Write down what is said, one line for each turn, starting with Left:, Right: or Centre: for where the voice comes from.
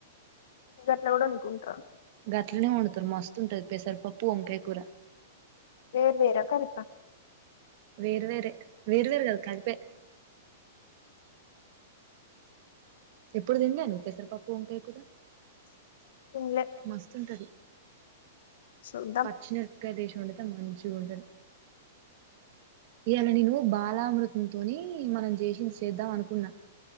Left: ఈగట్ల కూడా నికు ఉంటారా
Right: గట్లనే వండుతారు మస్తుంటుది పెసరపప్పు, వంకాయ కూర
Left: వేరు వేరా కలిప
Right: వేరు వేరె వేరు వేరు కాదు కలిపే ఎప్పుడు తినలే నువ్వు పెసరపప్పు, వంకాయ కూర
Left: తిన్లే
Right: మస్తుంటది.
Left: చూద్దాం
Right: పచ్చిమిరపకాయలు ఏసీ వండుత మంచిగ ఉంటది. ఈయల నేను బాలామృత తోనీ మనం చేసింది చేద్దాం అనుకున్న